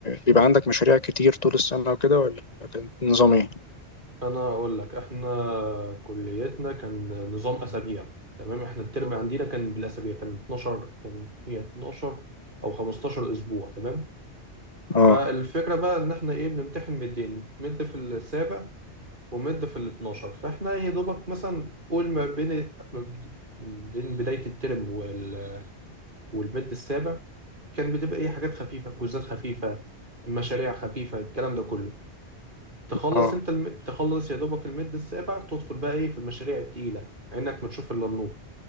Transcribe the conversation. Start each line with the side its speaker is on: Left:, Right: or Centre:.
Left: بيبقى عندك مشاريع كتير طول السنة وكده ولا كان نظام ايه؟
Right: انا اقول لك احنا كليتنا كان نظام اسابيع تمام احنا الترم عندنا كان بالاسابيع كان 12 كان هي 12 او 15 اسبوع تمام
Left: اه
Right: فالفكره بقى ان احنا ايه بنمتحن مدين مد في السابع ومد في ال 12 فاحنا يا دوبك مثلا قول ما بين ما بين بدايه الترم وال والمد السابع كان بتبقى ايه حاجات خفيفه كوزات خفيفه مشاريع خفيفه الكلام ده كله تخلص
Left: اه
Right: انت الم... تخلص يا دوبك المد السابع تدخل بقى ايه في المشاريع التقيلة عينك ما تشوف الا النور